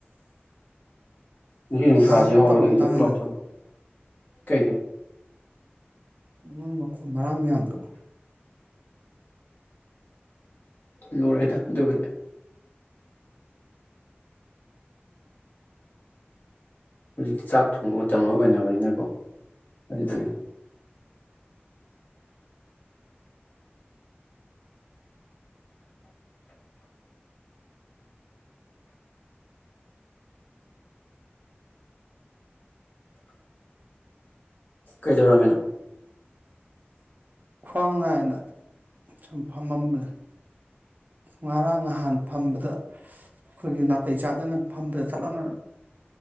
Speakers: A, on the left (about 45°); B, on the right (about 45°).
A: ꯅꯨꯡꯁꯤꯠ ꯅꯨꯡꯁꯥꯁꯤ
B: ꯉꯥꯏꯍꯥꯛ ꯂꯩꯔ
A: ꯍꯥꯎꯕꯗꯒꯤ
B: ꯇꯧꯔꯝꯗꯕꯅꯤꯗ
A: ꯂꯛ ꯂꯥꯎꯁ ꯀꯩꯒꯤ
B: ꯃꯤꯅꯤꯟ ꯃꯈꯣꯟ ꯃꯔꯥꯡ ꯃꯌꯥꯝꯗꯨ
A: ꯂꯣꯏꯔꯦꯗ ꯑꯗꯨꯕꯨ ꯍꯧꯖꯤꯛꯇꯤ ꯆꯥꯛ ꯊꯣꯡꯕ ꯃꯇꯝ ꯂꯣꯏ ꯑꯣꯏꯅꯕꯅꯤꯅꯀꯣ ꯑꯗꯨꯗꯒꯤ ꯀꯩꯗꯧꯔꯝꯃꯤꯅꯣ
B: ꯈ꯭ꯋꯥꯡ ꯅꯥꯏꯅ ꯁꯨꯝ ꯐꯝꯃꯝꯕꯅꯦ ꯉꯔꯥꯡ ꯅꯍꯥꯟ ꯐꯝꯕꯗ ꯑꯩꯈꯣꯏꯒꯤ ꯅꯥꯇꯩ ꯆꯥꯗꯅ ꯐꯝꯕꯗ ꯆꯠꯂꯞꯅ